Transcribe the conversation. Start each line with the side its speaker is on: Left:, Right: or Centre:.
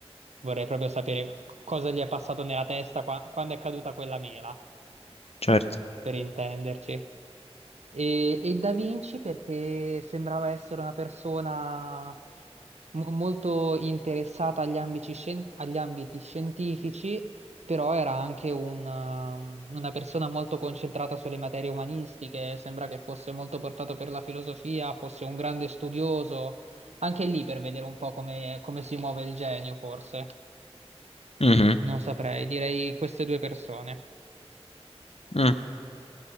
Right: vorrei proprio sapere co- cosa gli è passato nella testa qua- quando è caduta quella mela,
Left: certo.
Right: per intenderci. E, e Da Vinci perché sembrava essere una persona mo- molto interessata agli ambiti, scien- agli ambiti scientifici, però era anche un, um, una persona molto concentrata sulle materie umanistiche, sembra che fosse molto portato per la filosofia, fosse un grande studioso, anche lì per vedere un po' come come si muove il genio, forse.
Left: Mhm,
Right: Non saprei, direi queste due persone.
Left: mm,